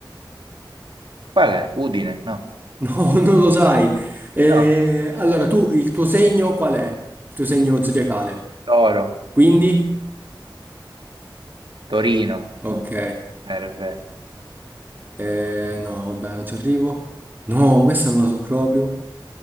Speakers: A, on the right; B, on the right.
A: Qual è? Udine? No.
B: No, <laughs> non lo sai. Eh,
A: No.
B: allora, tu, il tuo segno qual è? Il tuo segno zodiacale?
A: Toro.
B: Quindi?
A: Torino.
B: Ok.
A: Eh, Nerve.
B: Eh, no, vabbè, non ci arrivo. No, questa non la so proprio.